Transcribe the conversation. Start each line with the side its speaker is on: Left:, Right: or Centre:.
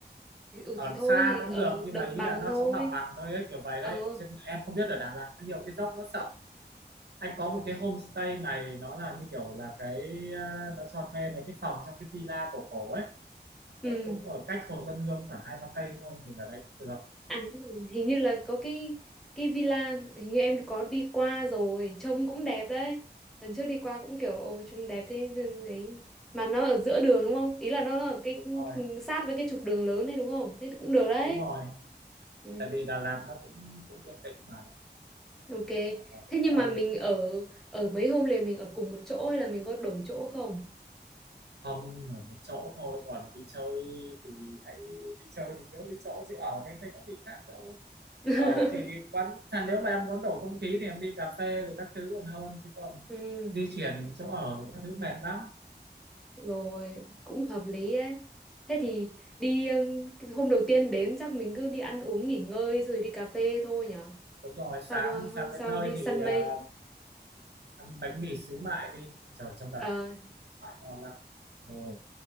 Centre: <laughs> Ừ
Right: ở
Centre: thì thôi
Right: xa
Centre: thì
Right: cũng
Centre: ở
Right: được nhưng
Centre: đồng
Right: mà ý
Centre: bằng
Right: là nó
Centre: thôi.
Right: sống bằng bằng thôi ấy, kiểu vậy
Centre: Ờ.
Right: đấy Ở trên em không biết ở Đà Lạt nó nhiều cái dốc nó sợ anh có một cái homestay này nó là như kiểu là cái ờ, nó cho thuê mấy cái phòng trong cái villa cổ cổ ấy
Centre: Ừ.
Right: Ờ, cũng ở cách Hồ Xuân Hương khoảng hai ba cây thôi mình ở đấy cũng được
Centre: À, hình như là có cái cái villa hình như em có đi qua rồi trông cũng đẹp đấy lần trước đi qua cũng kiểu ồ trông đẹp thế đấy mà nó ở giữa đường đúng không ý là nó, nó ở cái
Right: đúng rồi
Centre: ừ, sát với cái trục đường lớn đấy đúng không thế thì cũng được đấy
Right: đúng rồi
Centre: ừ,
Right: tại vì Đà Lạt nó cũng cũng yên tĩnh mà
Centre: ok
Right: Mình ở Đà Lạt
Centre: thế nhưng
Right: đâu
Centre: mà mình ở ở mấy hôm liền mình ở cùng một chỗ hay là mình có đổi chỗ không
Right: không ở một chỗ thôi còn đi chơi thì hãy đi chơi thì thiếu đi chỗ chứ ở thì anh thấy có gì khác đâu
Centre: <laughs>
Right: ở thì quán thà nếu mà em muốn đổi không khí thì em đi cà phê rồi các thứ còn hơn chứ còn
Centre: ừ
Right: di chuyển chỗ ở thì các thứ mệt lắm
Centre: Rồi, cũng hợp lý ấy. Thế thì đi ừm, hôm đầu tiên đến chắc mình cứ đi ăn uống nghỉ ngơi rồi đi cà phê thôi nhở.
Right: đúng rồi
Centre: Xong
Right: sáng
Centre: rồi hôm
Right: sáng
Centre: sau
Right: đến nơi
Centre: đi săn
Right: thì à,
Centre: mây,
Right: ăn bánh mì xíu mại đi trời trong đó
Centre: ờ
Right: ngon lắm rồi